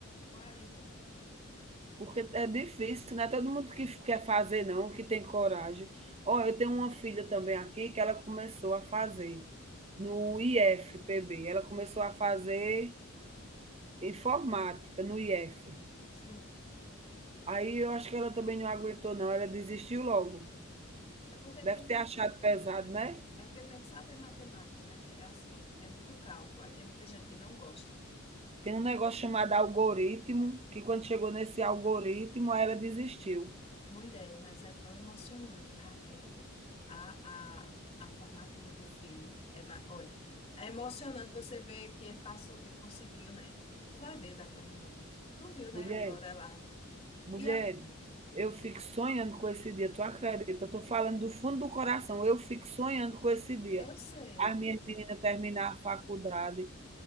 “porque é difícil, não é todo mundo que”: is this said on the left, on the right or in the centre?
Right